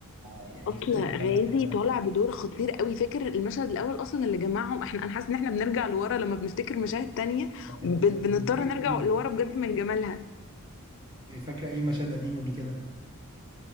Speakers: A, on the right; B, on the left.
A: يعني
B: اصل
A: في ثانيه.
B: غازي
A: آه، كانت
B: طالع بدور خطير قوي فاكر المشهد الاول اصلا اللي جمعهم احنا انا حاسه ان احنا بنرجع لورا لما بنفتكر مشاهد تانية
A: كانت
B: ب-
A: بجد
B: بنضطر
A: كانت مشاهد
B: نرجع
A: جميله.
B: لورا بجد من جمالها
A: فاكره ايه مشاهد قديمه قبل كده